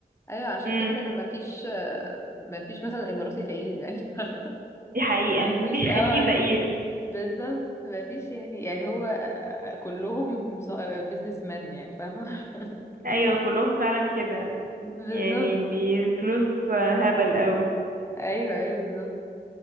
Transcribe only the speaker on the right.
امم
دي حقيقه
مفيش
خليجي
فقير
ايوه
كلهم فعلا كده
يعني بي- الفلوس هبل قوي